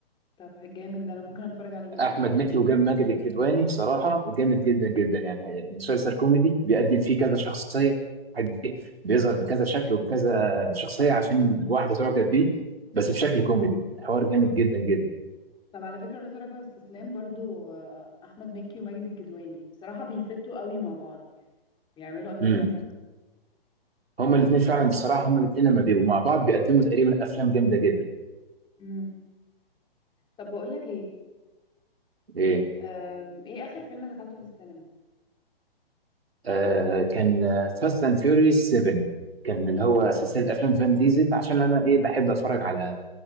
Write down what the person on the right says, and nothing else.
احمد مكي وماجد الكدواني بصراحه جامد جدا جدا يعني المسلسل كوميدي بيقدم فيه كذا شخصيه واحد إيه، بيظهر بكذا شكل وبكذا شخصيه عشان واحده تعجب بيه بس بشكل كوميدي الحوار جامد جدا جدا
امم
هما الاثنين فعلا بصراحه هما الاثنين لما بيبقوا مع بعض بيقدموا تقريبا افلام جامده جدا
ايه
آه كان فاست اند فيوريوس 7 كان اللي هو سلسله افلام فان ديزل عشان انا ايه بحب اتفرج على